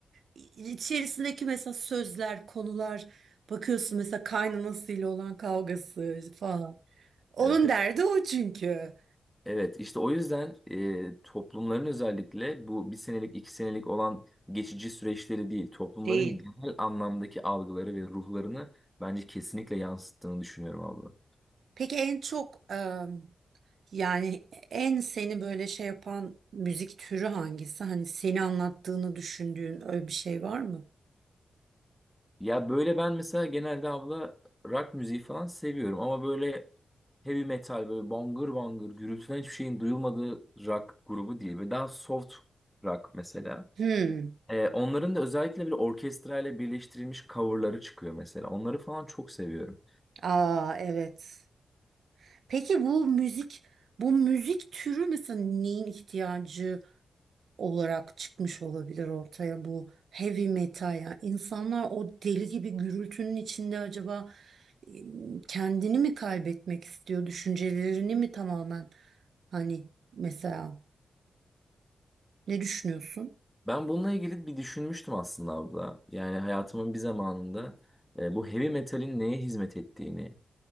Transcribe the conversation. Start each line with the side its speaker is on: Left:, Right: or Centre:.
Right: İ- İçerisindeki mesela sözler, konular bakıyorsun mesela kaynanasıyla olan kavgası falan. Onun
Centre: Evet.
Right: derdi o çünkü.
Centre: Evet işte o yüzden e, toplumların özellikle bu bir senelik iki senelik olan geçici süreçleri değil toplumların
Right: Değil.
Centre: genel anlamdaki algıları ve ruhlarını bence kesinlikle yansıttığını düşünüyorum abla.
Right: Peki en çok e, yani en seni böyle şey yapan müzik türü hangisi? Hani seni anlattığını düşündüğün öyle bir şey var mı?
Centre: Ya böyle ben mesela genelde abla rock müziği falan seviyorum ama böyle heavy metal böyle bangır bangır gürültüden hiçbir şeyin duyulmadığı rock grubu değil ve daha soft rock mesela.
Right: Hmm.
Centre: E, onların da özellikle böyle orkestrayla birleştirilmiş coverları çıkıyor mesela onları falan çok seviyorum.
Right: Aa evet. Peki bu müzik bu müzik türü mesela neyin ihtiyacı olarak çıkmış olabilir ortaya bu heavy metal yani insanlar o deli gibi gürültünün içinde acaba e, kendini mi kaybetmek istiyor, düşüncelerini mi tamamen hani mesela ne düşünüyorsun?
Centre: Ben bununla ilgili bir düşünmüştüm aslında abla. Yani hayatımın bir zamanında e, bu heavy metalin neye hizmet ettiğini,